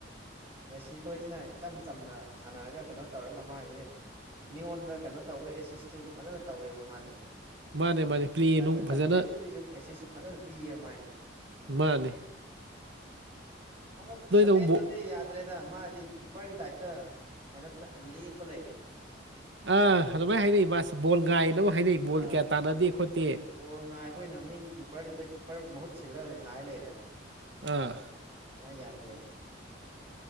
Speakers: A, on the right; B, on the right.
A: ꯃꯦꯁꯤ ꯈꯣꯏꯁꯤꯅ ꯏꯆꯝ ꯆꯝꯅ ꯁꯥꯟꯅꯔꯒ ꯀꯩꯅꯣ ꯇꯧꯔꯒ ꯃꯥꯥꯏꯁꯤ ꯃꯤꯉꯣꯟꯗ ꯀꯩꯅꯣ ꯇꯧꯋꯦ ꯑꯦꯁꯤꯁꯇꯨ ꯐꯖꯅ ꯇꯧꯋꯦꯕ ꯃꯥꯗꯤ
B: ꯃꯥꯅꯦ ꯃꯥꯅꯦ ꯄ꯭ꯂꯦ
A: ꯆꯟꯁꯨ
B: ꯅꯨꯡ ꯐꯖꯅ
A: ꯆꯟꯖꯩ ꯑꯗꯨꯏꯁꯨ ꯑꯦꯁꯤꯁꯨ ꯐꯖꯅ ꯄꯤꯌꯦ ꯃꯥꯏꯗꯤ
B: ꯃꯥꯅꯤ
A: ꯑꯃ ꯁꯕꯦꯟꯗꯨꯗꯤ
B: ꯑꯃꯨꯛ ꯕꯣ
A: ꯌꯥ <unintelligible> ꯃꯥꯗꯤ ꯀꯤꯞꯄꯔꯒꯤ ꯇꯥꯏꯞꯇ ꯀꯩꯅꯣ ꯇ ꯂꯦꯞꯄ ꯂꯩꯔꯦ
B: ꯑꯥ ꯑꯗꯨꯃꯥꯏꯅ ꯍꯥꯏꯅꯩ ꯃꯥꯁꯤ ꯕꯣꯜ ꯉꯥꯏꯌꯦꯅ ꯑꯃ ꯍꯥꯏꯅꯩ ꯕꯣꯜ
A: ꯑꯥ
B: ꯀꯌꯥ ꯇꯥꯟꯅꯗꯦ ꯈꯣꯠꯇꯦ
A: ꯕꯣꯜ ꯉꯥꯏꯕ ꯑꯣꯏꯅ ꯃꯤꯒꯤ ꯀꯤꯞꯄꯔꯗꯨꯗ ꯀꯤꯞꯄꯔ ꯃꯍꯨꯠ ꯁꯤꯜꯂ ꯉꯥꯏꯔ ꯂꯩꯔꯦꯕ
B: ꯑꯥ
A: ꯏꯌꯥ ꯌꯥꯗꯦꯕ